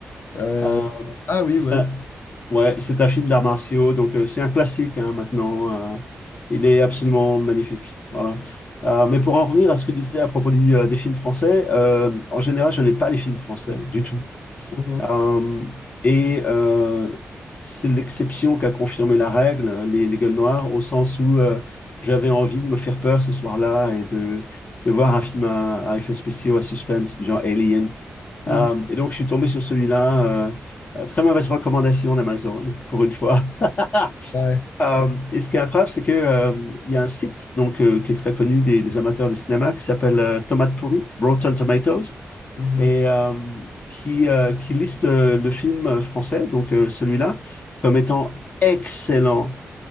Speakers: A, on the left (about 55°); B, on the left (about 35°).
A: Euh,
B: Euh,
A: ah oui,
B: c'est
A: ouais.
B: un, ouais, c'est un film d'arts martiaux, donc euh, c'est un classique hein, maintenant. euh, il est absolument magnifique. Voilà. Euh, mais pour en revenir à ce que tu disais à propos du, euh, des films français, euh, en général, je n'ai pas les films français du tout.
A: Mhm.
B: Euh, et euh, c'est l'exception qui a confirmé la règle, les, les gueules noires, au sens où euh, j'avais envie de me faire peur ce soir-là et de, de voir un film à, à effets spéciaux, à suspense, du genre Alien.
A: Mhm.
B: Euh, et donc, je suis tombé sur celui-là. euh, euh, très mauvaise recommandation d'Amazon, <laughs> pour une fois. <laughs>
A: Ouais.
B: Euh, et ce qui est incroyable, c'est que, euh, il y a un site donc, euh, qui est très connu des, des amateurs de cinéma qui s'appelle euh, Tomate Pourrie, Rotten Tomatoes
A: Mhm.
B: et euh, qui, euh, qui liste euh, le film français, donc euh, celui-là, comme étant excellent